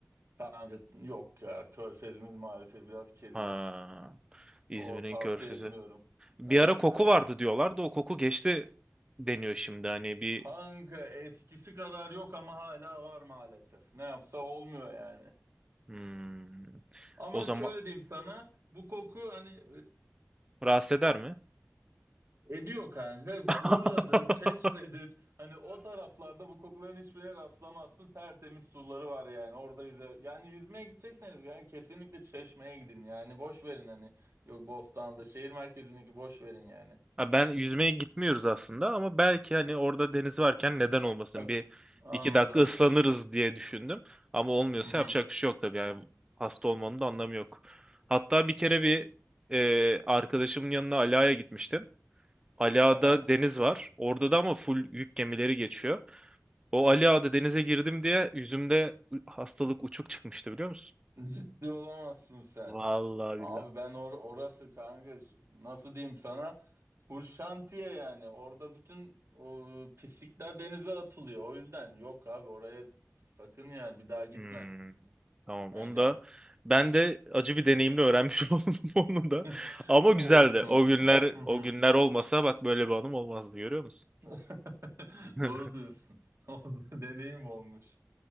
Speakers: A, on the right; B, on the right.
A: Kanka yok ya. Körfezimiz maalesef biraz kirli.
B: Ha, İzmir'in
A: O tavsiye
B: körfezi.
A: etmiyorum.
B: Bir
A: Evet
B: ara koku
A: evet.
B: vardı diyorlar da o koku geçti deniyor şimdi. Hani bir
A: Kanka eskisi kadar yok ama hala var maalesef. Ne yapsa olmuyor yani.
B: hmm,
A: Ama
B: o zaman
A: şöyle diyeyim sana bu koku hani
B: rahatsız eder mi?
A: e, ediyor kanka.
B: <laughs>
A: Urla'dır, Çeşme'dir. Hani o taraflarda bu kokuların hiçbirine rastlamazsın. Tertemiz suları var yani orada yüze. Yani yüzmeye gidecekseniz yani kesinlikle Çeşme'ye gidin yani. Boş verin hani. Yok Bostanlı'da şehir merkezindeki boş verin yani.
B: Ha, Ben yüzmeye gitmiyoruz aslında ama belki hani orada deniz varken neden olmasın
A: Ha,
B: bir
A: Anladım.
B: iki dakika ıslanırız diye düşündüm. Ama olmuyorsa
A: Hı hı.
B: yapacak bir şey yok tabii yani hasta olmanın da anlamı yok. Hatta bir kere bir e, arkadaşımın yanına Ala'ya gitmiştim. Ala'da
A: Aha.
B: deniz var. Orada da ama full yük gemileri geçiyor. O Ali Ağa'da denize girdim diye yüzümde hastalık uçuk çıkmıştı biliyor musun?
A: Ciddi olamazsın sen.
B: Vallahi
A: Abi
B: billahi.
A: ben or orası kanka ş- nasıl diyeyim sana full şantiye yani orada bütün o, pislikler denize atılıyor o yüzden yok abi oraya sakın yani bir daha gitme.
B: Hmm, tamam
A: Yani,
B: onu
A: ya-
B: da ben de acı bir deneyimle öğrenmiş <laughs> oldum onu da.
A: <laughs>
B: Ama güzeldi.
A: olsun
B: O
A: olsun.
B: günler
A: Hı hı.
B: o günler olmasa bak böyle bir anım olmazdı görüyor musun?
A: <laughs>
B: <laughs>
A: Doğru diyorsun. <laughs> Oldu, Deneyim olmuş.